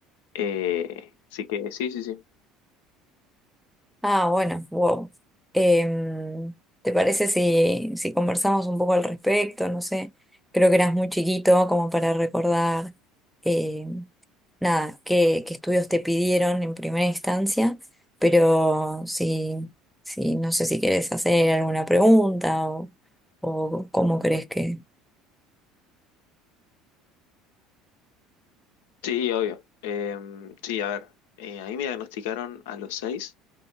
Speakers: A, on the left; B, in the centre.
A: Eh, así que sí, sí, sí.
B: Ah, bueno, wow. Em, ¿te parece si, si conversamos un poco al respecto? No sé, creo que eras muy chiquito como para recordar eh, nada, qué, qué estudios te pidieron en primera instancia, pero si, si no sé si quieres hacer alguna pregunta o, o cómo crees que...
A: Sí, obvio. Em, sí, a ver. eh, a mí me diagnosticaron a los seis.